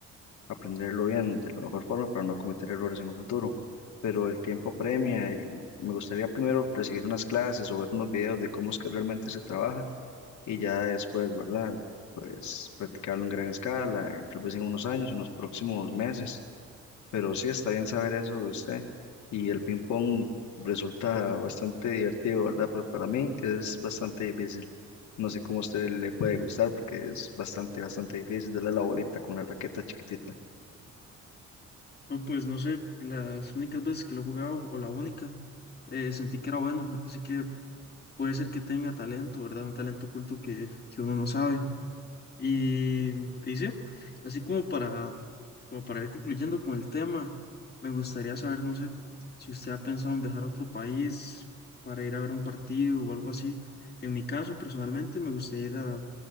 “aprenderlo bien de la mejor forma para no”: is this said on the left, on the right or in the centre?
Left